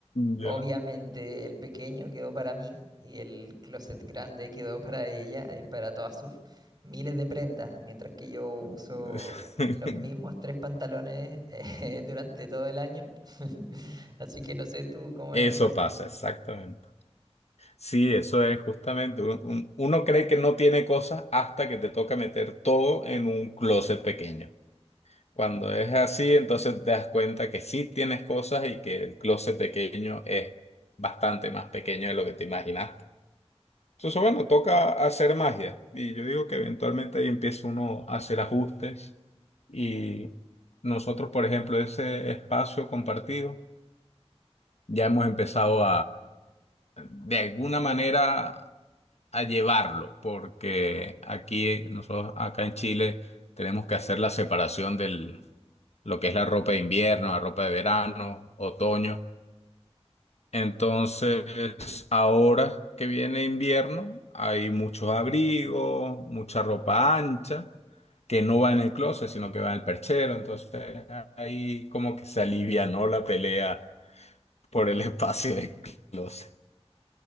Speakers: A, on the left; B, on the right.
A: Ya.
B: Obviamente el pequeño quedó para mí y el closet grande quedó para ella y para todas sus miles de prendas, mientras que yo uso
A: <laughs>
B: los mismos tres pantalones <laughs> eh, durante todo el año. <laughs> Así que no sé tú cómo
A: Eso
B: es en tu caso.
A: pasa, exactamente. Sí, eso es justamente. un- un- Uno cree que no tiene cosas hasta que te toca meter todo en un closet pequeño. Cuando es así, entonces te das cuenta que sí tienes cosas y que el closet pequeño es bastante más pequeño de lo que te imaginaste. Entonces, bueno, toca hacer magia. Y yo digo que eventualmente ahí empieza uno a hacer ajustes. Y nosotros, por ejemplo, ese espacio compartido, ya hemos empezado de alguna manera a llevarlo, porque aquí nosotros acá en Chile tenemos que hacer la separación del lo que es la ropa de invierno, la ropa de verano, otoño. Entonces, ahora que viene invierno, hay muchos abrigos, mucha ropa ancha, que no va en el closet, sino que va en el perchero. Entonces, ahí como que se alivianó la pelea por el <laughs> espacio del closet.